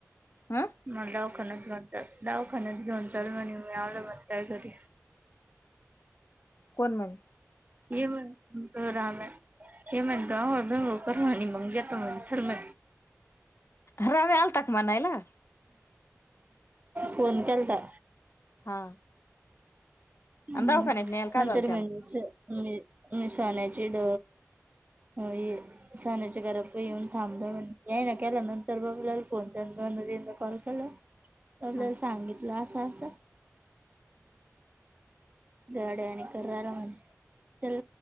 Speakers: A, on the left (about 55°); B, on the right (about 35°).
A: हा
B: म्हणलं. दावखान्यात घेऊन चाल दावखान्यात घेऊन चाल म्हनि मी आलो म्हनि जात घरी.
A: कोण म्हणे?
B: ये म त राम्या. ते म्हणत आंघोळ बिंघोळ कर म्हनि मग येतो म्हनि चल म..
A: राम्या आलता का मनायला.
B: फोन केलता.
A: हा.
B: हम्म
A: आणि दवाखान्यात न्यायला काय
B: नंतर
A: झालं त्याला
B: म्हणजे मि मिसाण्याची ड.. होय साण्याच्या घरा पही येऊन थांबलं म्हण यायना केला नंतर बबल्याला फोन चाल.. दोन दा तिनदा कॉल केला आपल्याला
A: हा
B: सांगितलं आसं आसं.. हो येड्या वानी करू रायला म्हनि. तेल